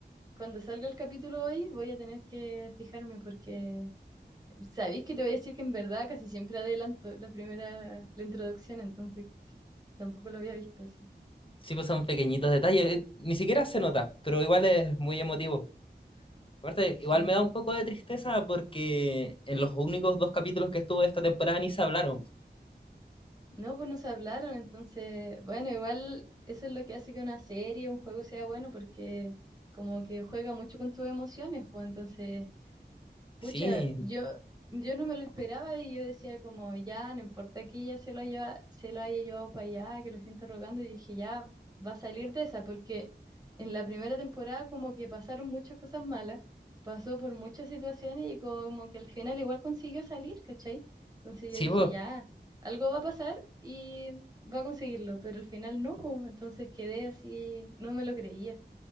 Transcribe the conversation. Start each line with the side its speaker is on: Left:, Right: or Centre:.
Right: cuando salga el capítulo hoy voy a tener que fijarme porque Sabéis que te voy a decir que en verdad casi siempre adelanto la primera, la introducción, entonces que tampoco lo había visto así.
Left: Sí, pues son pequeñitos detalles, eh, ni siquiera se nota, pero igual es muy emotivo. Aparte,
Right: Sí.
Left: igual me da un poco de tristeza porque en los únicos dos capítulos que estuvo esta temporada ni se hablaron.
Right: No, pues no se hablaron, entonces, bueno, igual eso es lo que hace que una serie, un juego sea bueno, porque como que juega mucho con tus emociones, pues entonces Pucha,
Left: Sí,
Right: yo, yo no me lo esperaba y yo decía como, ya, no importa que ella se lo haya, se lo haya llevado para allá, que lo esté interrogando, y dije, ya, va a salir de esa, porque en la primera temporada como que pasaron muchas cosas malas, pasó por muchas situaciones y como que al final igual consiguió salir, ¿cachai? Entonces
Left: sí,
Right: yo dije,
Left: pues
Right: ya, algo va a pasar y va a conseguirlo, pero al final no, pues, entonces quedé así, no me lo creía.